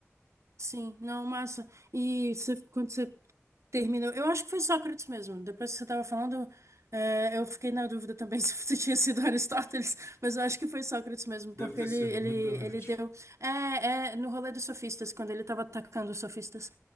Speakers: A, on the right; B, on the left.
A: Sim, não, massa. E você- quando você terminou, eu acho que foi Sócrates mesmo. Depois que você estava falando, é, eu fiquei na dúvida também <laughs> se você tinha sido Aristóteles, mas eu acho que foi Sócrates mesmo,
B: Deve
A: porque
B: ter
A: ele,
B: sido,
A: ele,
B: muito provavelmente.
A: ele deu. É, é no rolê dos sofistas, quando ele estava atacando os sofistas,